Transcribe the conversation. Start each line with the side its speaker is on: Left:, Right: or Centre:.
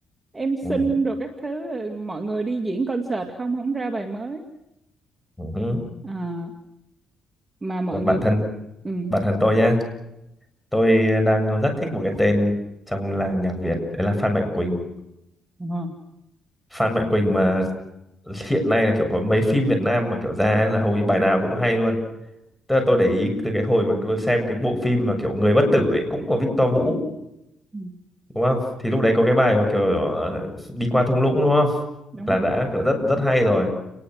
Right: em xin
Centre: Ừ.
Right: rồi các thứ rồi mọi người đi diễn concert không không ra bài mới
Centre: hứ.
Right: à, mà mọi
Centre: Còn
Right: người
Centre: bản thân
Right: ừ,
Centre: bản thân tôi nhá, tôi đang rất thích một cái tên trong làng nhạc Việt đấy là Phan Mạnh Quỳnh.
Right: đúng rồi.
Centre: Phan Mạnh Quỳnh mà hiện nay là kiểu có mấy phim Việt Nam mà kiểu ra là hầu như bài nào cũng hay luôn. Tức là tôi để ý từ cái hồi mà tôi xem cái bộ phim mà kiểu Người Bất Tử ấy cũng của Victor Vũ
Right: Ừ,
Centre: đúng không? Thì lúc đấy có cái bài mà kiểu ờ, đi qua thung lũng đúng không?
Right: đúng
Centre: Là
Right: rồi
Centre: đã kiểu rất rất hay rồi.